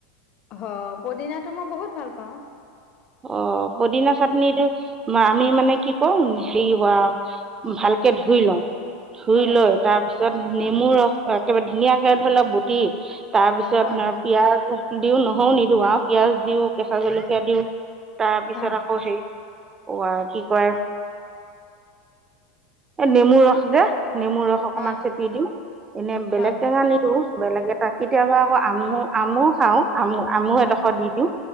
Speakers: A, on the left; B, on the right.
A: অ', পুদিনাটো মই বহুত ভাল পাওঁ।
B: অ', পদিনা চাটনিটো আমি মানে, কি কম, হেৰি ভালকে ধুই ধুই লওঁ, ধুই
A: হয়
B: লৈ তাৰ পিছত নেমু ৰস একেবাৰে ধুনীয়াকে ধৰি ল' গুটি তাৰপিছত
A: হয়
B: পিঁয়াজ দিওঁ, নহৰুও নিদিওঁ আৰু পিঁয়াজ দিওঁ, কেচা জলকীয়া দিওঁ। তাৰপিছত
A: হয়
B: আকৌ সেই অ', কি কয়, এই নেমু ৰস যে নেমু ৰস অকমান
A: হয়
B: চেপি দিওঁ। এনে বেলেগ
A: হয় হয়
B: টেঙা নিদিওঁ বেলেগে তাত। কেতিয়াবা আকৌ আম আমো খাওঁ। আমু, আমু
A: হয়
B: এডোখৰ দি দিওঁ,